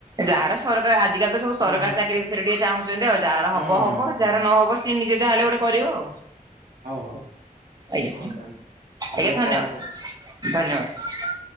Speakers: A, on the right; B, on the right.
A: ଯାହାର ସରକାର ଆଜିକାଲି ତ ସବୁ ସରକାରି
B: ହୁଁ
A: ଚାକିରି ବିଷୟରେ ଟିକେ ଚାହୁଁଛନ୍ତି ଆଉ, ଯାହାର
B: ହୁଁ।
A: ହବ ହବ ଯାହାର ନହବ ସି ସେ ନିଜେ ଯାହାହେଲେ
B: ହଉ
A: ଗୋଟେ କରିବ ଆଉ
B: ହଉ
A: ଆଜ୍ଞା।
B: ହଉ ତାହେଲେ
A: ଆଜ୍ଞା,
B: ରୁହ
A: ଧନ୍ୟବାଦ
B: କଲ୍ କରୁଛି।
A: ଧନ୍ୟବାଦ